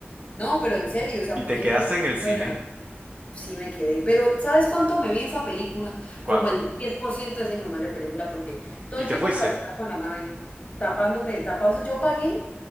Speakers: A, on the left; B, on the right.
A: no, pero en serio, o sea,
B: Y
A: ¿por
B: te
A: qué
B: quedaste
A: parece
B: en
A: que
B: el cine.
A: fuera? Sí me quedé, pero ¿sabes cuánto me vi esa película?
B: ¿Cuánto?
A: Como el 10% de esa mi madre película, porque todo
B: Y
A: el
B: te
A: tiempo
B: fuiste.
A: me la pasaba con la mano ahí, tapándome, tapado. O sea, yo pagué